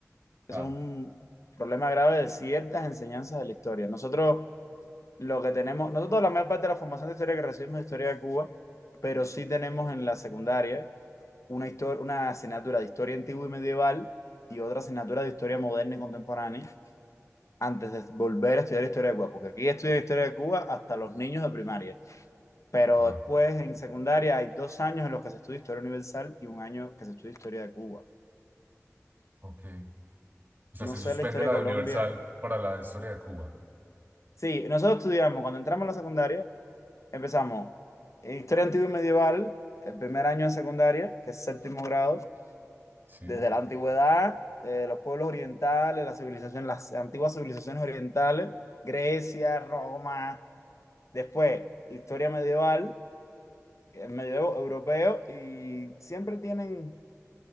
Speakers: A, on the right; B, on the left.
A: Claro.
B: Eso es un problema grave de ciertas enseñanzas de la historia. Nosotros lo que tenemos, nosotros la mayor parte de la formación de historia que recibimos es historia de Cuba, pero sí tenemos en la secundaria una, histo- una asignatura de historia antigua y medieval y otra asignatura de historia moderna y contemporánea antes de volver a estudiar historia de Cuba, porque aquí estudian historia de Cuba hasta los niños de primaria, pero
A: Ah,
B: después en secundaria hay dos años en los que se estudia historia universal y un año que se estudia historia de Cuba.
A: ok. O sea,
B: No
A: se suspende
B: sé la historia
A: la
B: de
A: de
B: Colombia.
A: Universal para la historia de Cuba.
B: Sí, nosotros estudiamos, cuando entramos a la secundaria, empezamos en historia antigua y medieval, el primer año de secundaria, que es séptimo grado,
A: Sí.
B: desde la antigüedad, eh, los pueblos orientales, las civilizaciones, las antiguas civilizaciones orientales, Grecia, Roma, después historia medieval, eh, medievo europeo, y siempre tienen